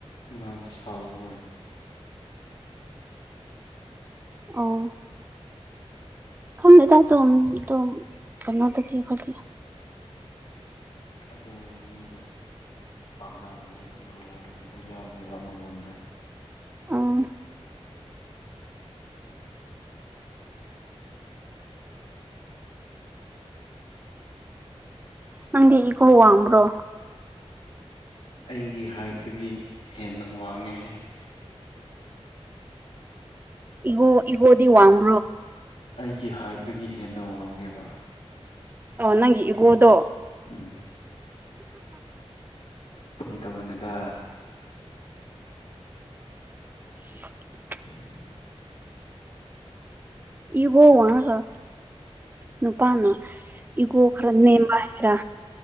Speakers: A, on the left (about 75°); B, on the right (about 20°).
A: ꯃꯥꯗꯤ ꯁꯥꯎꯔꯣꯏ
B: ꯑꯣ ꯈꯝꯗꯦꯗ ꯗꯣꯝ ꯗꯣꯝ ꯐꯝꯅꯗꯗꯤ ꯈꯣꯗꯤ
A: ꯑꯗꯨ ꯃꯤꯅ ꯄꯥꯝꯅꯕꯅꯦ ꯏꯒꯣꯒꯨꯝꯕ ꯌꯥꯎꯗꯦꯕ ꯃꯉꯣꯟꯗ
B: ꯎꯝ ꯅꯪꯗꯤ ꯏꯒꯣ ꯋꯥꯡꯕ꯭ꯔꯣ
A: ꯑꯩꯒꯤ ꯍꯥꯏꯠꯇꯒꯤ ꯍꯦꯟꯅ ꯋꯥꯡꯉꯦꯍ
B: ꯏꯒꯣ ꯏꯒꯗꯤ ꯋꯥꯡ꯭ꯔꯣ
A: ꯑꯩꯒꯤ ꯍꯥꯏꯠꯇꯒꯤ ꯍꯦꯟꯅ ꯋꯥꯡꯉꯦꯕ
B: ꯑꯣ ꯅꯪ ꯏꯒꯣꯗꯣ
A: ꯎꯝ ꯀꯩ ꯇꯧꯕꯅꯤꯗ
B: <unintelligible>
A: ꯎꯝ
B: ꯏꯒꯣ ꯋꯥꯒ ꯅꯨꯄꯥꯅ ꯏꯒꯣ ꯈꯔ ꯅꯦꯝꯕ ꯈꯔ